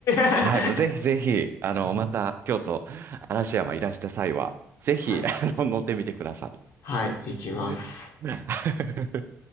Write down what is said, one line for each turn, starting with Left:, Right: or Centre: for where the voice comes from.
Left: <laughs>
Right: はい。もうぜひぜひ、あの、また、京都、嵐山いらした際は、ぜひ、
Left: はい。
Right: あの、乗ってみてください。
Left: はい、
Right: <laughs>
Left: 行きます。